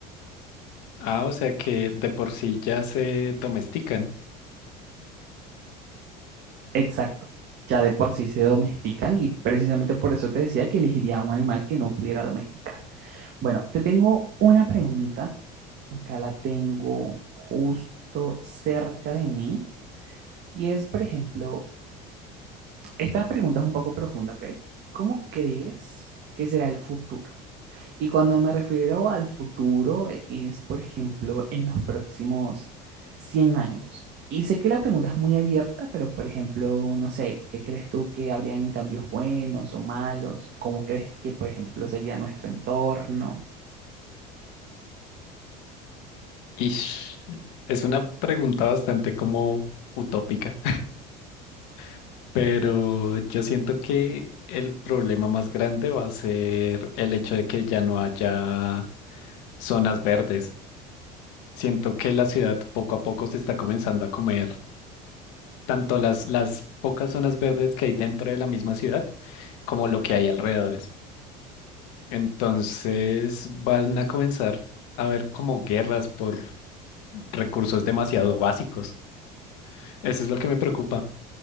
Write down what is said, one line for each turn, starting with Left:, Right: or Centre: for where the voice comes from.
Left: Ah, o sea que de por sí ya se domestican.
Right: Exacto, ya de por sí se domestican y precisamente por eso te decía que elegiría un animal que no pudiera domesticar. Bueno, te tengo una pregunta, acá la tengo justo cerca de mí y es, por ejemplo, esta pregunta es un poco profunda, ¿ok? ¿Cómo crees que será el futuro? Y cuando me refiero al futuro, es, por ejemplo, en los próximos 100 años. Y sé que la pregunta es muy abierta, pero, por ejemplo, no sé, ¿qué crees tú que habrían cambios buenos o malos? ¿Cómo crees que, por ejemplo, sería nuestro entorno?
Left: Ish, es una pregunta bastante como utópica, <laughs> pero yo siento que el problema más grande va a ser el hecho de que ya no haya zonas verdes. Siento que la ciudad poco a poco se está comenzando a comer tanto las, las pocas zonas verdes que hay dentro de la misma ciudad como lo que hay alrededores. Entonces van a comenzar a haber como guerras por recursos demasiado básicos. Eso es lo que me preocupa.